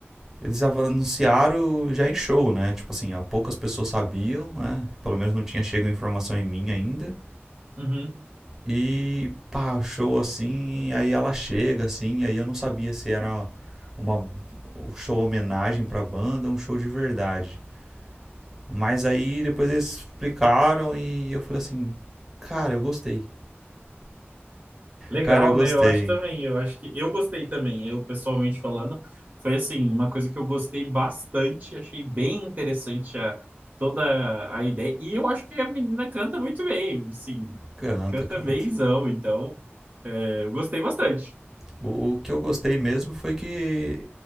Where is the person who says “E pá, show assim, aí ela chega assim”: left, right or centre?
Centre